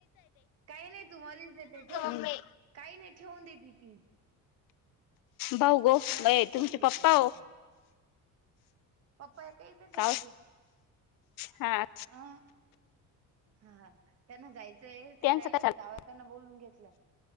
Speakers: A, on the right (about 45°); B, on the left (about 75°).
A: काही नाही तू मध्येच देते ठेवून
B: मम्मी
A: काही नाही ठेवून देते ती
B: भाऊ गं
A: मधीच
B: ये
A: ठेवून
B: तुमचे
A: देते
B: पप्पा
A: अहो
B: हो
A: ती पप्पा हे काय इतेच
B: का
A: आहे माझे
B: हो? हा.
A: अ हा त्यांना जायचंय ते
B: त्यांचं
A: जाइल
B: काय
A: होते
B: चाललं
A: गावात त्याना बोलून घेतलं